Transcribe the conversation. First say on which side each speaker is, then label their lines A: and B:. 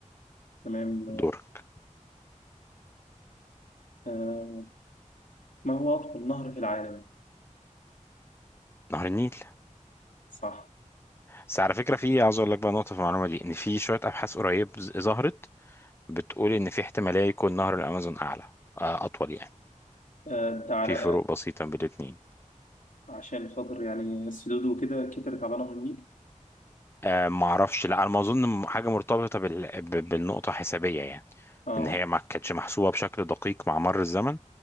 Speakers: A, on the left; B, on the left.
A: تمام
B: دورك
A: آه ما هو أطول نهر في العالم
B: نهر النيل
A: صح
B: بس على فكرة في عاوز اقول لك بقى نقطة في المعلومة دي ان في شوية ابحاث قريب ز- ظهرت بتقول ان في احتمالية يكون نهر الامازون اعلى آه، اطول يعني
A: آه انت على
B: في فروق بسيطة بين الاتنين
A: عشان خاطر يعني السدود وكده كترت على نهر النيل
B: آه ما اعرفش لا انا ما اظن حاجه مرتبطه بال... ب- بالنقطه حسابيه يعني
A: اه
B: ان هي ما كانتش محسوبه بشكل دقيق مع مر الزمن